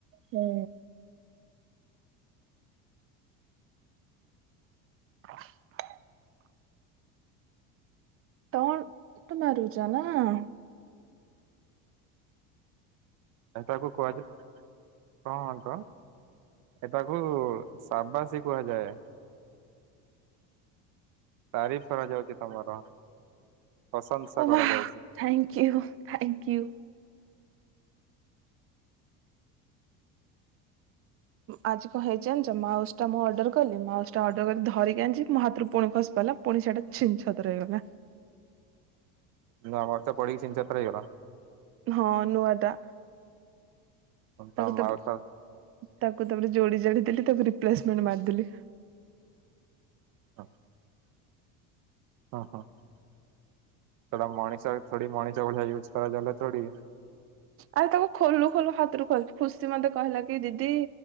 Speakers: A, on the right; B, on the right.
A: ହୁଁ। <inaudible> ଟଣ୍ଟ୍ ମାରୁଚ ନାଁ?
B: ଏଟାକୁ କୁହାଯାଏ କଣ ତ ଏଟାକୁ ସାବାସି କୁହାଯାଏ। ତାରିଫ କରାଯାଉଚି ତମର। ପ୍ରଶଂସା
A: ଓବା
B: କରାଯାଉଛି।
A: Thank you thank you. ଆଜି କଣ ହେଇଚି ଜାଣିଛ ମାଉସଟା ମୁଁ ଅର୍ଡର କଲି ମାଉସଟା ଅର୍ଡର କରି ଧରିକି ଆଣିଚି ମୋ ହାତରୁ ପୁଣି ଖସି ପାଇଲା ପୁଣି ସେଟା ଛିନଛତ୍ର ହେଇଗଲା।
B: ନୁଆ ମାଉସଟା ପିଠିକି ଛିନଛତ୍ର ହେଇଗଲା।
A: ହଁ ନୂଆଟା। ତାକୁ
B: ତା ମାଉଚ
A: ତ
B: ଟା
A: ତାକୁ ତାପରେ ଯୋଡି ଯୋଡି ଦେଲି ତାକୁ ରିପ୍ଲେସମେଣ୍ଟ ମାରିଦେଲି।
B: <inaudible> ହଁ ହଁ ସେଟା ମଣିଷ ଭଳିଆ ଥୋଡି ମଣିଷ ଭଳିଆ ୟୁଜ କରାଗଲେ ଥୋଡ଼ି।
A: ଆରେ ତାକୁ ଖୋଲୁ ଖୋଲୁ ହାତରୁ ଖସି ଖୁସି ମତେ କହିଲା କି ଦିଦି